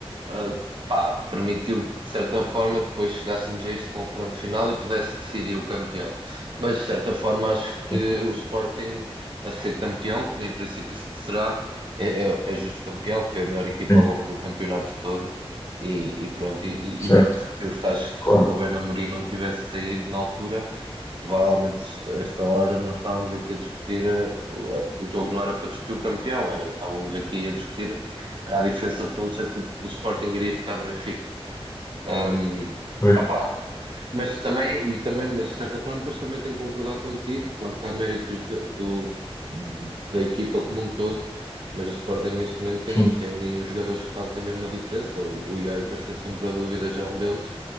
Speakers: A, on the right (about 55°); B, on the left (about 30°).
A: ah, pá, permitiu que, de certa forma, depois chegássemos a este confronto final e pudesse decidir o campeão. Mas, de certa forma, acho que
B: é?
A: o Sporting a ser campeão, como em princípio se será, é, é, é justo campeão, foi a melhor equipa
B: Sim,
A: ao longo do campeonato todo. E, e pronto, e,
B: certo,
A: e digo-te que se acho que
B: claro,
A: se o Ruben Amorim não tivesse saído na altura, provavelmente a esta hora não estávamos aqui a discutir, eh, o, eh, o jogo não era para discutir o campeão, era, estávamos aqui a discutir era a diferença de pontos é que o, o Sporting iria ficar do Benfica. Hum,
B: pois,
A: opá, mas também, e também, mas de certa forma, depois também tenho que concordar contigo. Claro que há mérito do, joga- do- da equipa como um todo, mas o Sporting neste momento tem,
B: sim.
A: tem ali uns jogadores que fazem mesmo a diferença. O, o Iker, sem sombra de dúvida, já é um deles.